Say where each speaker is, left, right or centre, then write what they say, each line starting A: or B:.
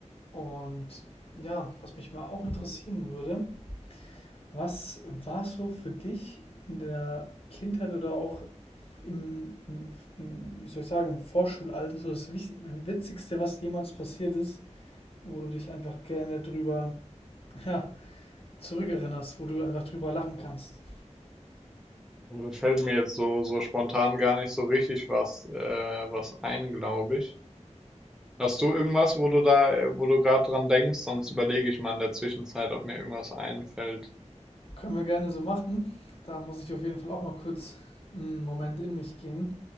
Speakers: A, on the left (about 50°); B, in the centre.
A: Und ja, was mich mal auch interessieren würde, was war so für dich in der Kindheit oder auch im, im, im, wie soll ich sagen, im Vorschulalter so das Witzigste, was jemals passiert ist, wo du dich einfach gerne drüber, <laughs> ja, zurückerinnerst, wo du einfach drüber lachen kannst.
B: Also, Da fällt mir jetzt so, so spontan gar nicht so richtig was, äh, was ein, glaube ich. Hast du irgendwas, wo du da, äh, wo du gerade dran denkst? Sonst überlege ich mal in der Zwischenzeit, ob mir irgendwas einfällt.
A: Können wir gerne so machen. Da muss ich auf jeden Fall auch mal kurz einen Moment in mich gehen.